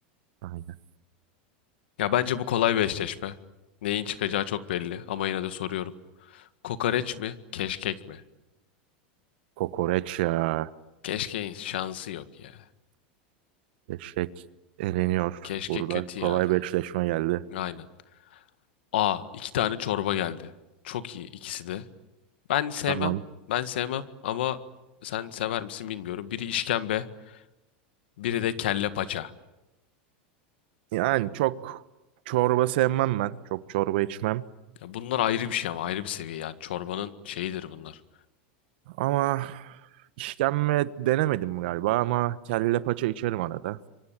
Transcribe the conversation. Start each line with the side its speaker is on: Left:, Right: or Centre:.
Right: Aynen.
Left: Ya bence bu kolay bir eşleşme. Neyin çıkacağı çok belli ama yine de soruyorum. Kokoreç mi? Keşkek mi?
Right: Kokoreç ya.
Left: Keşkeğin şansı yok ya.
Right: Eşek eleniyor
Left: Keşkek
Right: burada.
Left: kötü
Right: Kolay
Left: ya.
Right: bir eşleşme geldi.
Left: Aynen. Aa iki tane çorba geldi. Çok iyi ikisi de. Ben sevmem.
Right: Tamam.
Left: Ben sevmem ama sen sever misin bilmiyorum. Biri işkembe, biri de kelle paça.
Right: Yani çok çorba sevmem ben. Çok çorba içmem.
Left: Ya bunlar ayrı bir şey ama ayrı bir seviye yani çorbanın şeyidir bunlar.
Right: Ama işkembe denemedim galiba ama kelle paça içerim arada.